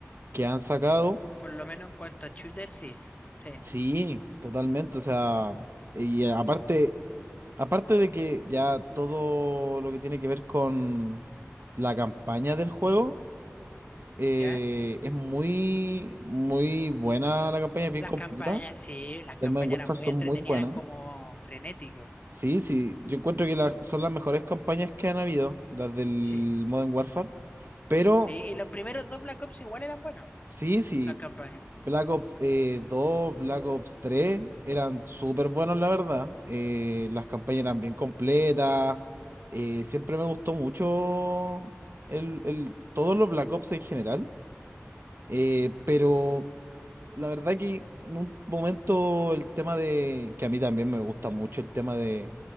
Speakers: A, on the right (about 55°); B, on the left (about 30°).
A: que han sacado.
B: Por lo menos en cuanto a shooter, sí. Sí.
A: Sí, totalmente. O sea, y aparte, aparte de que ya todo lo que tiene que ver con la campaña del juego, eh,
B: ¿Ya?
A: es muy, muy buena la campaña, es bien
B: Las
A: completa.
B: campañas, sí, las
A: del
B: campañas
A: Modern Warfare
B: eran muy
A: son
B: entretenidas,
A: muy buenas.
B: eran como frenéticos.
A: Sí, sí, yo encuentro que las- son las mejores campañas que han habido, las del
B: Sí.
A: Modern Warfare. Pero
B: Sí, Y, los primeros dos Black Ops igual eran buenos,
A: sí, sí,
B: las campañas.
A: Black Ops eh, 2, Black Ops tres eran súper buenos, la verdad. Eh, las campañas eran bien completas. Eh, siempre me gustó mucho el, el- todos los Black Ops en general. Eh, pero la verdad que en un momento el tema de, que a mí también me gusta mucho el tema de,